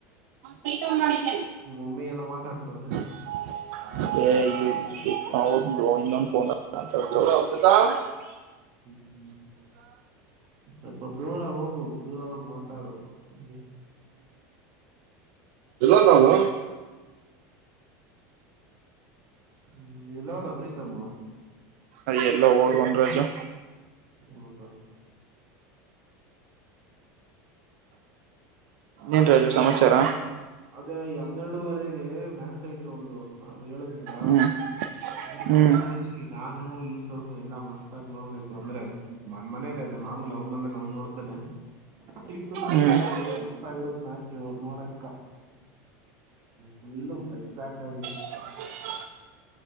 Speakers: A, on the right (about 65°); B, on the right (about 40°).
A: ಪ್ರೀತಮ್ ಮಾಡಿದ್ದೇನೆ
B: ಒಮ್ಮೆ ಲ್ಲ ಮಾತಾಡ್ತವ್ರ.
A: <inaudible> <unintelligible>
B: ಹ್ಮ್್ಮ ಸ್ವಲ್ಪ ದೂರ ಹೋಗು ದೂರ ಹೋಗ ಮಾತಾಡು ಹಂಗೆ.
A: ಹ್ಮ್ಲ್ಲ.
B: ಹ್ಮ್ ಎಲ್ಲ ಹದ ಪ್ರೀತಮ.
A: ಅದ ಎಲ್ಲ ಹೋಗ ಒೊಂಡ ರಜು.
B: ಹೌದಾ. ಅದೇ
A: ಏನ್ ರಾಜು
B: ಈ ಯೋಗ.
A: ಸಮಾಚಾರ
B: ಅದೇ ಈ ಹನ್ನೆರಡುವರೆಗೆ ಮ್ಯಾಚ್ ಆಯ್ತು ಒಂದು ಅ್ ಹೇಳದ್ ಮೇಲ.
A: ಹ್ಮ್
B: ಅದ ಕಾಯ್ತಾಯ್ದೀರಿ.
A: ಹ್ಮ್
B: ನಾನು ಯೂಸಫ್ ಎಲ್ಲಾ ಮಸ್ತ್ ಆಾಗಿ ನೋಡ್ಬೇಕು ಅಂದ್ರೆ ಮನ್ ಮನೇಲ್ಲೇ ಇದೆ ಮಾಮೂಲಿ ಅವ್ ಮನೇಲ್ಲ ಅವನ್ ನೋಡ್ತಾನೆ. ಇಬ್ರು ಕಾಯ್ತಾ
A: ಹ್ಮ್
B: ಇದ್ದೀವಿ. ಇರತ್ ಮ್ಯಾಚ್ ನೋಡ ಫುಲ್ಲು ಎಕ್ಸಾಕ್ಟ್ ಆಗ.
A: ಹ <inaudible>